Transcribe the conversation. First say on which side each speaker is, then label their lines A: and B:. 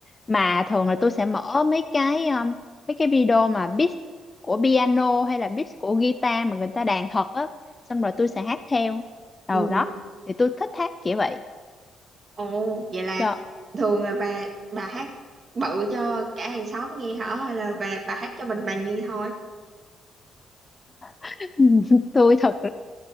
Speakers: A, on the left (about 25°); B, on the right (about 40°).
A: mà thường là tôi sẽ mở mấy cái um, mấy cái video mà beat của piano hay là beat của guitar mà người ta đàn thật á xong rồi tôi sẽ hát theo đầu
B: ừ.
A: đó thì tôi thích hát kiểu vậy
B: ồ vậy là
A: cho
B: thường là bà bà hát bự cho cả hàng xóm nghe hả hay là bà, bà hát cho mình bà nghe thôi
A: <laughs> tôi thật